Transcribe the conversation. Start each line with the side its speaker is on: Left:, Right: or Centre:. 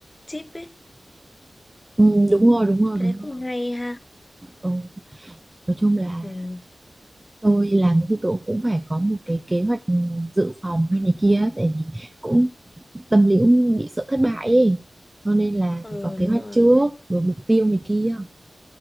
Left: tip ấy
Right: ừ, đúng rồi đúng rồi
Left: cái
Right: đúng
Left: đấy cũng
Right: rồi
Left: hay ha
Right: ừ, nói chung là
Left: ừ
Right: tôi làm thì tôi cũng phải có một cái kế hoạch dự phòng hay này kia tại vì cũng tâm lý cũng bị sợ thất bại ấy cho nên là
Left: ừ
Right: phải có kế
Left: đúng
Right: hoạch
Left: rồi
Right: trước rồi mục tiêu này kia